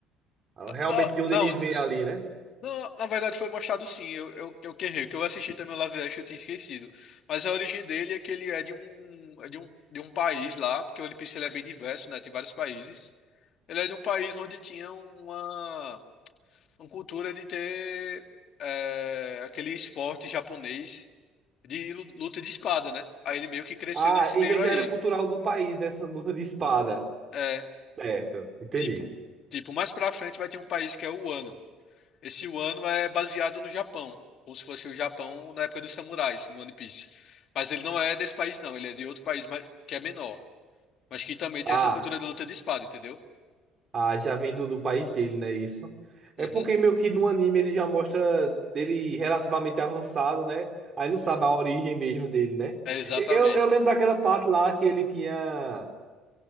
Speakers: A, on the right; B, on the left.
A: Ah, realmente
B: Não,
A: de onde
B: não,
A: ele vem
B: des-
A: ali, né?
B: não, na verdade foi mostrado sim, eu, eu, eu que errei, que eu assisti também o live action eu tinha esquecido. Mas a origem dele é que ele é de um, é de um, de um país lá, porque o One Piece ele é bem diverso, né? Tem vários países. Ele é de um país onde tinha uma uma cultura de ter é, aquele esporte japonês de lu- luta de espada, né? Aí ele meio que cresceu
A: Ah,
B: nesse
A: então
B: meio
A: já
B: aí.
A: era cultural do país, né? Essa luta de espada.
B: É,
A: Certo, entendi.
B: tipo, tipo, mais pra frente vai ter um país que é o Wano. Esse Wano é baseado no Japão, como se fosse o Japão na época dos samurais, no One Piece. Mas ele não é desse país, não. Ele é de outro país mas- que é menor, mas que também tem
A: Ah.
B: essa cultura de luta de espada, entendeu?
A: Ah, já vem do, do país dele, né? Isso. É
B: Uhum.
A: porque meio que no anime ele já mostra dele relativamente avançado, né? Aí não sabe a origem mesmo dele, né?
B: É exatamente.
A: E- Eu, eu lembro daquela parte lá que ele tinha,